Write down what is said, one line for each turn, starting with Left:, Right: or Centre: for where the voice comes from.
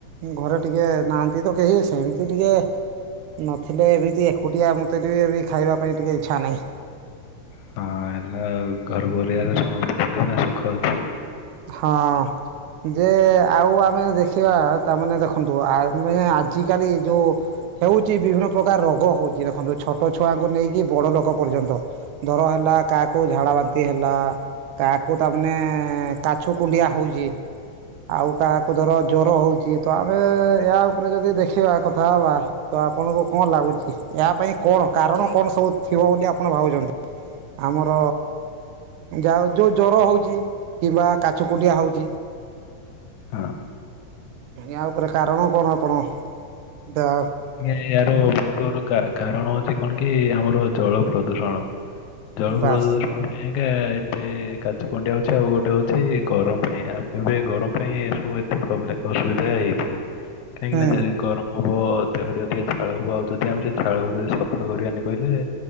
Right: ଘରେ ଟିକେ ନାହାନ୍ତି ତ କେହି। ସେମିତି ଟିକେ ନଥିଲେ ଏମିତି ଏକୁଟିଆ ମତେ ଟିକେ ଖାଇବା ପାଇଁ ଟିକେ ଇଚ୍ଛା ନାହିଁ।
Left: ହଁ ହେଲା ଆଉ ଘର ପରିବାରେ ସମସ୍ତେ ଏଇନା ସୁଖ ଅଛି।
Right: ହୁଁ ହଁ। ଯେ ଆଉ ଆମେ ଦେଖିବା ତାମାନେ ଦେଖନ୍ତୁ। ଆ ଆଜିକାଲି ଯୋଉ ହେଉଚି ବିଭିନ୍ନ ପ୍ରକାର ରୋଗ ହଉଚି ଦେଖନ୍ତୁ। ଛୋଟ ଛୁଆଙ୍କୁ ନେଇକି ବଡ ଲୋକ ପର୍ଯ୍ୟନ୍ତ ଦର ହେଲା କା କାହାକୁ ଝାଡ଼ା ବାନ୍ତି ହେଲା କାହାକୁ ତା ମାନେ ଏଁ କାଛୁ କୁଣ୍ଡିଆ ହଉଚି। ଆଉ କାହାକୁ ଧର ଜର ହଉଚି। ତ ଆମେ ୟା ଉପରେ ଯଦି ଦେଖିବା କଥା ହବା। ତ ଆପଣଙ୍କୁ କଣ ଲାଗୁଚି। ଏହା ପାଇଁ କଣ କାରଣ କଣ ସବୁ ଥିବ ବୋଲି ଆପଣ ଭାବୁଚନ୍ତି। ଆମର ଯା ହୋଉ ଜର ହଉଚି। କିମ୍ବା କାଛୁ କୁୁନଡିଆ ହଉଚି।
Left: ହଁ
Right: ୟା ଉପରେ କାରଣ କଣ ଆପଣ ଦ
Left: ଆଜ୍ଞା ୟାର ବହୁତ ବଡ କାରଣ ହଉଛି କଣ କି ଆମର ଜଳ ପ୍ରଦୂଷଣ। ଜଳପୁରଦୂଷଣ
Right: ବାସ୍
Left: ପାଇଁ ଆଜ୍ଞା ଏତେ କାଛୁ କୁଣ୍ଡିଆ ହଉଚି। ଆଉ ଗୋଟେ ହ ଛି ଗରମ ପାଇଁ ଏବେ ଗରମ ପାଇଁ ଏ ସବୁ ଏତେ ପ୍ରବ୍ଲେ ଅସୁବିଧା ହେଇଥାଏ। କାହିଁକି
Right: ହୁଁ
Left: ନା ଯଦି ଗରମ ହବ। ଦେହରେ ଜେତିକ ଝାଳକୁ ଆଉ ଯଦି ଆମେ ସେ ଝାଳକୁ ଯଦି ସଫା କରିବାନି କହିଲେ।